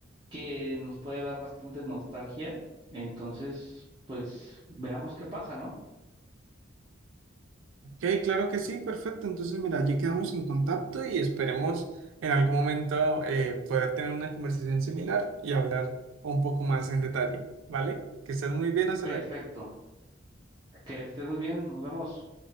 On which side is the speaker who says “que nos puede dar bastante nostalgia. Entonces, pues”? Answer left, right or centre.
Right